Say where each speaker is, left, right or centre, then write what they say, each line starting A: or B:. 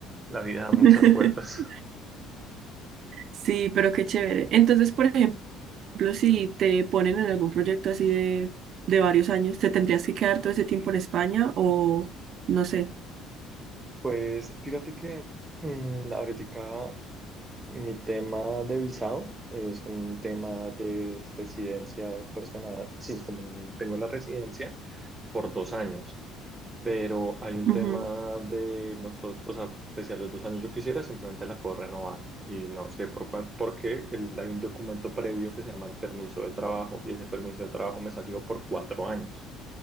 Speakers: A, on the right (about 15°); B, on the right (about 50°).
A: La vida da muchas
B: <laughs>
A: vueltas.
B: Sí, pero qué chévere. Entonces, por ejemplo, si te ponen en algún proyecto así de, de varios años, ¿te tendrías que quedar todo ese tiempo en España o no sé?
A: Pues fíjate que mm, ahorita mi tema de visado es un tema de residencia personal. Sí, como tengo la residencia por dos años, pero hay un
B: Ujú.
A: tema de nosotros, o sea, pese a los dos años yo quisiera, simplemente la puedo renovar. Y no sé por, cuál- porque hay un documento previo que se llama el permiso de trabajo y ese permiso de trabajo me salió por cuatro años.